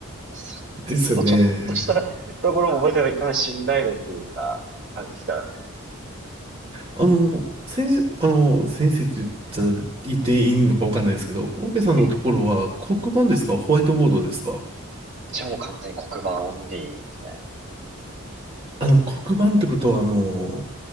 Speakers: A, on the right; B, on the right.
A: そ、
B: ですよね。
A: そのちょっとした <laughs> ところも覚えてないといかない信頼度っていうか、あれですからね。
B: あの、先生、あの、先生って言ったら言っていいのかわかんないですけど、オーケーさんのところは黒板ですかホワイトボードですか
A: ええ、じゃあもう完全に黒板オンリーですね。
B: あの、黒板ってことは、あの、